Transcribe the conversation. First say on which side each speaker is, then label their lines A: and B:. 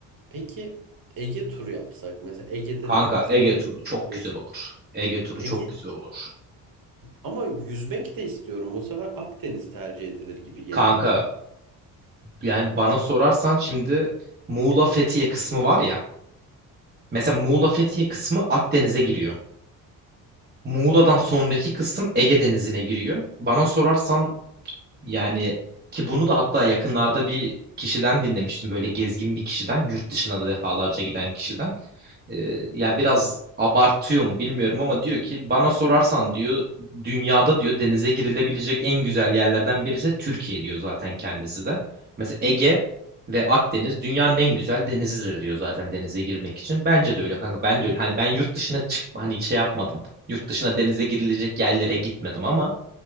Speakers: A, on the right; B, on the right.
A: Peki Ege turu yapsak mesela Ege'de
B: Kanka
A: ne? Sen
B: Ege turu çok
A: İzmir.
B: güzel olur. Ege turu
A: Ege
B: çok güzel olur.
A: ama yüzmek de istiyorum. Bu sefer Akdeniz tercih edilir gibi geliyor.
B: Kanka yani bana sorarsan şimdi Muğla Fethiye kısmı var ya. Mesela Muğla Fethiye kısmı Akdeniz'e giriyor. Muğla'dan sonraki kısım Ege Denizi'ne giriyor. Bana sorarsan Yani ki bunu da hatta yakınlarda bir kişiden dinlemiştim. Böyle gezgin bir kişiden, yurt dışına da defalarca giden kişiden. Ee, ya biraz abartıyor mu bilmiyorum ama diyor ki bana sorarsan diyor dünyada diyor denize girilebilecek en güzel yerlerden birisi Türkiye diyor zaten kendisi de. Mesela Ege ve Akdeniz dünyanın en güzel denizidir diyor zaten denize girmek için. Bence de öyle kanka. Ben de öyle. Hani ben yurt dışına çık hani şey yapmadım. Yurt dışına denize girilecek yerlere gitmedim ama